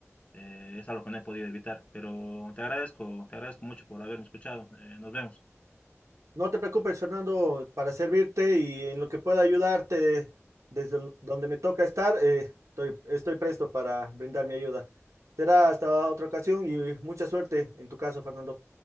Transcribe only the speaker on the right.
No te preocupes, Fernando, para servirte y en lo que pueda ayudarte desde el- donde me toca estar, eh, estoy, estoy presto para brindar mi ayuda. Será hasta otra ocasión y mucha suerte en tu caso, Fernando.